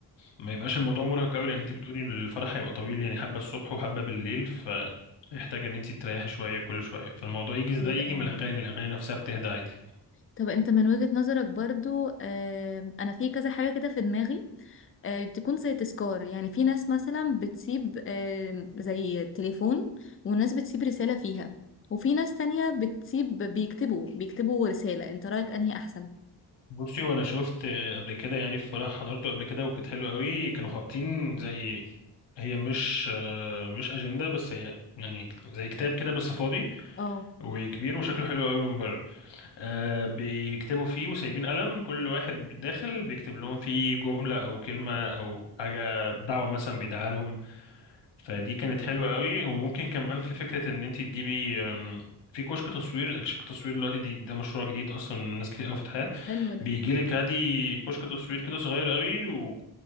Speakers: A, on the left; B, on the left.
A: ما يبقاش الموضوع مرهق قوي لان انت بتقولي إن الفرح هيبقى طويل يعني حبه الصبح وحبه بالليل فيحتاج ان انت تريحي شويه كل شويه فالموضوع يجي
B: ليه
A: ازاي
B: ده
A: يجي
B: اه
A: من الاغاني الاغاني نفسها بتهدى عادي
B: طب انت من وجهة نظرك برضو آه انا في كذا حاجة كده في دماغي آه تكون زي تذكار يعني في ناس مثلا بتسيب آه زي تليفون وناس بتسيب رسالة فيها وفي ناس تانية بتسيب بيكتبوا بيكتبوا رسالة انت رأيك انهي احسن
A: بصي وانا شفت آه، قبل كده يعني في فرح حضرته قبل كده وكانت حلوه قوي كانوا حاطين زي هي مش آه، مش اجنده بس هي يعني زي كتاب كده بس فاضي
B: اه
A: وكبير وشكله حلو قوي من بره آه بيكتبوا فيه وسايبين قلم كل واحد داخل بيكتب لهم فيه جملة أو كلمة أو حاجة دعوة مثلا بيدعها لهم فدي كانت حلوة قوي وممكن كمان في فكرة إن أنت تجيبي آم، في كشك تصوير كشك تصوير دلوقتي دي ده مشروع جديد أصلا ناس كتير قوي فاتحاه
B: حلو ده
A: بيجيلك عادي كشك تصوير كده صغير قوي و